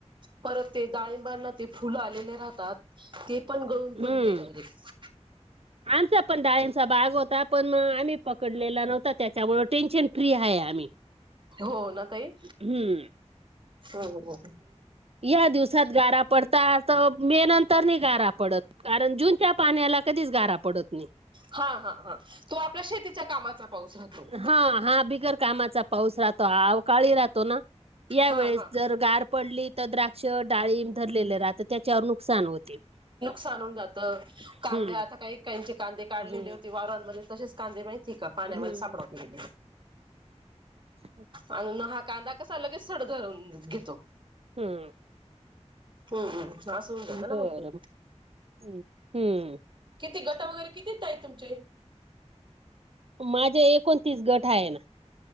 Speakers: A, on the right (about 45°); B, on the right (about 60°).
A: परत ते डाळिंबांना ते फुलं आलेले राहतात, ते पण गळून पडले
B: हम्म.
A: डायरेक्ट.
B: आमचा पण डाळिंबचा बाग होता, पण आम्ही पकडलेला नव्हता त्यांच्यामुळ टेन्शन फ्री हाय आम्ही.
A: हो ना ताई,
B: हम्म.
A: हो हो.
B: हया दिवसात गारा पडतात. मे नंतर नाही गारा पडत. कारण जूनच्या पाण्याला कधीच गारा पडत नाही.
A: हा, हा, हा तो आपल्या शेतीच्या कामाचा पाऊस राहतो.
B: हा हा बिगर कामाचा पाऊस राहतो अवकाळी राहतो ना यावेळेस
A: हा हा
B: जर गार पडली तर द्राक्ष, डाळींब धरलेले राहतं त्याच्यावर नुकसान होते
A: चालून जात कांद्या
B: हम्म
A: आता काहीचे कांदे काढलेले
B: हम्म
A: होते वाववरांमध्ये तसेच कांदे माहितेय का पाण्यामध्ये
B: हम्म
A: सापडावात गेले.
B: हो
A: आणि हा कांदा कसा लगेच सड धरून घेतो.
B: हम्म
A: हम्म, हम्म हा असं होऊन जात ना
B: बर
A: मग ते
B: हम्म
A: किती गट वगैरे किती आहेत ताई तुमचे
B: माझे एकोणतीस गट आहेत.